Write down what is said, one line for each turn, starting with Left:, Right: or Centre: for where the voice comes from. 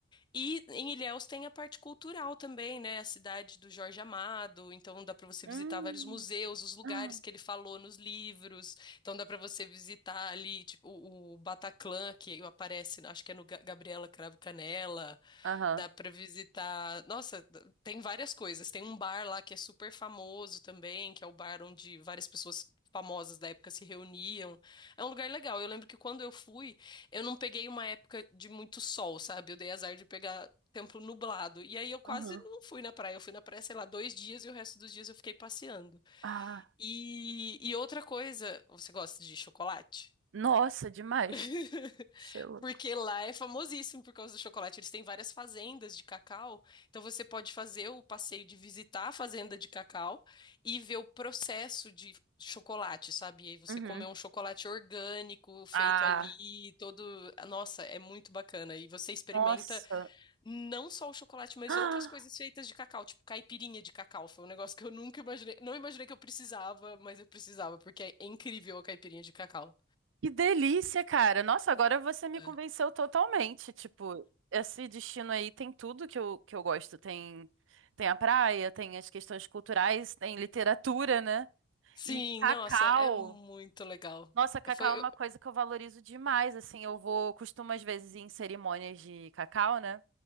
Left: E em Ilhéus tem a parte cultural também, né? A cidade do Jorge Amado, então dá para você
Right: Hum.
Left: visitar vários museus, os lugares
Right: Ah.
Left: que ele falou nos livros. Então dá para você visitar ali, tipo, o, o Bataclan que aparece, acho que é no Ga- Gabriela Cravo Canela.
Right: Aham.
Left: Dá para visitar. Nossa, tem várias coisas. Tem um bar lá que é super famoso também, que é o bar onde várias pessoas famosas da época se reuniam. É um lugar legal. Eu lembro que quando eu fui eu não peguei uma época de muito sol, sabe? Eu dei azar de pegar tempo nublado. E aí eu quase
Right: Uhum.
Left: não fui na praia. Eu fui na praia, sei lá, dois dias e o resto dos dias eu fiquei passeando.
Right: Ah,
Left: E, e outra coisa, você gosta de chocolate?
Right: nossa, demais.
Left: <laughs>
Right: Você é louco.
Left: Porque lá é famosíssimo por causa do chocolate. Eles têm várias fazendas de cacau. Então você pode fazer o passeio de visitar a fazenda de cacau e ver o processo de chocolate, sabe? E aí você
Right: Uhum.
Left: comer um chocolate orgânico feito
Right: Ah,
Left: ali, todo. Nossa, é muito bacana. E você experimenta
Right: nossa. <gasps>
Left: não só o chocolate, mas
Right: Ah,
Left: outras coisas feitas de cacau, tipo caipirinha de cacau. Foi um negócio que eu nunca imaginei. Não imaginei que eu precisava, mas eu precisava, porque é incrível a caipirinha de cacau.
Right: que delícia, cara. Nossa, agora você me
Left: É.
Right: convenceu totalmente. Tipo, esse destino aí tem tudo que eu, que eu gosto. Tem, tem a praia, tem as questões culturais, tem literatura, né?
Left: Sim,
Right: E cacau,
Left: nossa, é muito legal.
Right: nossa, cacau
Left: É, Foi,
Right: é uma
Left: eu-
Right: coisa que eu valorizo demais, assim, eu vou, costumo às vezes ir em cerimônias de cacau, né?